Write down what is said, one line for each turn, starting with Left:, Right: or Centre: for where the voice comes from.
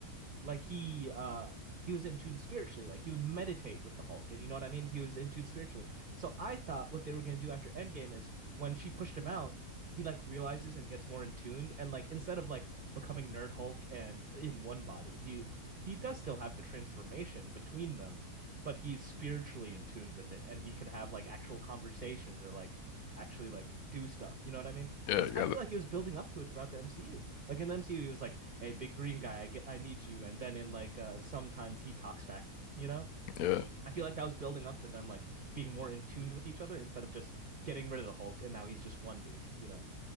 Right: like he uh he was in tune spiritually like he would meditate with the Hulk and you know what I mean he was in tune spiritually so I thought what they were gonna do after Endgame is when she pushed him out he like realizes and gets more in tuned and like instead of like becoming Nerd Hulk and in one body he he does still have the transformation between them but he's spiritually in tuned with it and he could have like actual conversations or like actually like do stuff you know what I mean
Left: yeah.
Right: because
Left: You got
Right: I feel
Left: it.
Right: like it was building up to it throughout the MCU like in the MCU, he was like, "Hey, big green guy, I get, I need you." And then in like uh, sometimes he talks back. You know,
Left: Yeah,
Right: I feel like that was building up to them like being more in tune with each other instead of just getting rid of the Hulk and now he's just one dude. You know,